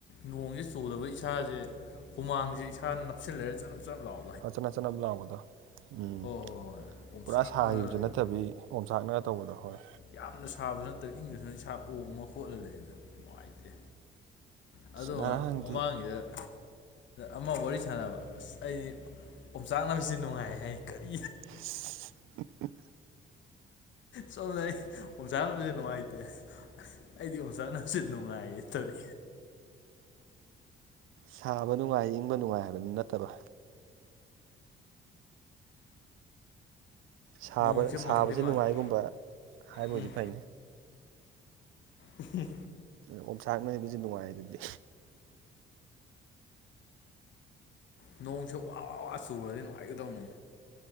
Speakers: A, on the left (about 70°); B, on the right (about 85°).
A: ꯅꯣꯡꯁꯦ ꯆꯨꯗꯕ ꯏꯁꯥꯖꯦ ꯍꯨꯃꯥꯡꯖꯦ ꯏꯁꯥꯅ ꯅꯞꯁꯤꯜꯂꯒ ꯆꯅꯞ ꯆꯅꯞ ꯂꯥꯎ
B: ꯑ ꯆꯅꯞ ꯆꯅꯞ ꯂꯥꯎꯕꯗꯣ ꯎꯝ
A: ꯍꯣꯏ ꯍꯣꯏ ꯍꯣꯏ ꯑꯣꯝꯆꯥꯛꯅꯔ
B: ꯄꯨꯔꯥ ꯁꯥꯒꯤꯕꯁꯨ
A: ꯂꯩꯕꯗꯣ
B: ꯅꯠꯇꯕꯤ ꯑꯣꯝꯆꯥꯛꯅ ꯇꯧꯕꯗꯣ ꯍꯣꯏ
A: ꯌꯥꯝꯅ ꯁꯥꯕꯁꯨ ꯅꯠꯇ꯭ꯔ ꯏꯪꯕꯁꯨꯅ ꯏꯁꯥ ꯑꯣꯃ ꯍꯣꯠꯂ ꯂꯩꯗꯅ ꯅꯨꯡꯉꯥꯏꯇꯦ ꯑꯗꯣ
B: ꯉꯔꯥꯡꯗꯤ
A: ꯃꯃꯥꯡꯒꯤꯗ ꯑꯃ ꯋꯥꯔꯤ ꯁꯥꯟꯅꯕ ꯑꯁ ꯑꯩꯗꯤ ꯑꯣꯝꯆꯥꯛꯅꯕꯁꯤ ꯅꯨꯡꯉꯥꯏ ꯍꯥꯏ ꯀꯔꯤ
B: ꯁꯤꯁꯁ ꯎꯝꯞ
A: ꯁꯣꯝꯗ ꯑꯩ ꯑꯣꯝꯆꯥꯛꯅꯕꯖꯦ ꯅꯨꯡꯉꯥꯏꯇꯦ ꯑꯩꯗꯤ ꯑꯣꯝꯆꯥꯛꯅꯁꯨ ꯅꯨꯡꯉꯥꯏꯌꯦ ꯇꯧꯔꯤ
B: ꯁꯥꯕ ꯅꯨꯡꯉꯥꯏ ꯏꯪꯕ ꯅꯨꯡꯉꯥꯏ ꯍꯥꯏꯕꯗꯨ ꯅꯠꯇꯕ ꯁꯥꯕ
A: ꯅꯣꯡꯁꯦ
B: ꯁꯥꯕꯕꯖꯦ
A: ꯃꯪꯗꯤ ꯃꯪꯉꯤ
B: ꯅꯨꯡꯉꯥꯏꯒꯨꯝꯕ ꯍꯥꯏꯕ
A: ꯎꯝ
B: ꯑꯣꯏꯗꯤ ꯐꯩ
A: ꯎꯍꯨꯝ
B: ꯑꯣꯝꯆꯥꯛꯅꯩꯕꯁꯤ ꯅꯨꯡꯉꯥꯏ ꯔꯗꯤ
A: ꯅꯣꯡꯁꯦ ꯋꯥ ꯋꯥ ꯋꯥ ꯆꯨꯔꯗꯤ ꯅꯨꯡꯉꯥꯏꯒꯗꯧꯅꯤ